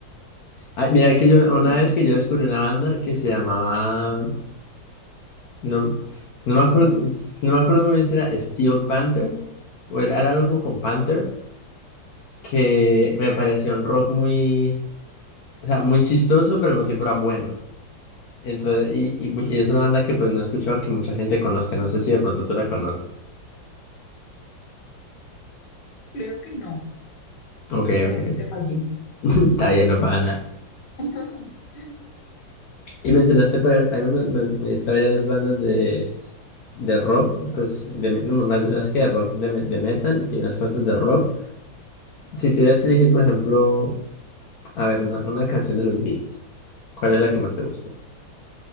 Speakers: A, on the left; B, on the left.
A: Ay, mira que yo,
B: Y,
A: una
B: y
A: vez que yo descubrí una banda que se llamaba, no, no me acuerdo, no me acuerdo muy bien si era Steel Panther o era, era algo como con Panther, que me pareció un rock muy, o sea, muy chistoso, pero al mismo tiempo era bueno. Entonces, y, y, y es una banda que pues no he escuchado que mucha gente conozca. No sé si de pronto tú la conoces.
B: creo que no,
A: Ok,
B: creo que ahora
A: ok.
B: sí te fallé.
A: <laughs> Está bien, no pasa nada.
B: <laughs>
A: Y mencionaste, pues, a mí me, me, me diste varias bandas de, de rock, pues, de, me- no, más, más que de rock, de, me- de metal y unas cuantas de rock. Si tuvieras que elegir, por ejemplo, a ver, una, una canción de los Beatles, ¿cuál es la que más te gusta?